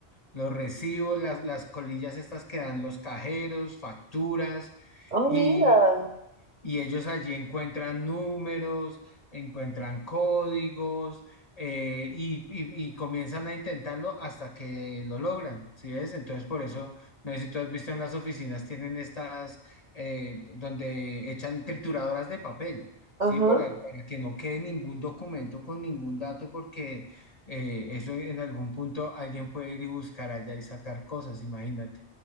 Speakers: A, on the left; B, on the right.
A: los recibos, las, las colillas estas que dan los cajeros, facturas,
B: Oh,
A: y,
B: mira,
A: y ellos allí encuentran números, encuentran códigos eh, y, y- y comienzan a intentarlo hasta que lo logran, ¿sí ves? Entonces, por eso, no sé si tú has visto en las oficinas, tienen estas eh, donde echan trituradoras de papel,
B: ajá,
A: ¿sí? Para, para que no quede ningún documento con ningún dato, porque eh, eso en algún punto alguien puede ir y buscar allá y sacar cosas, imagínate.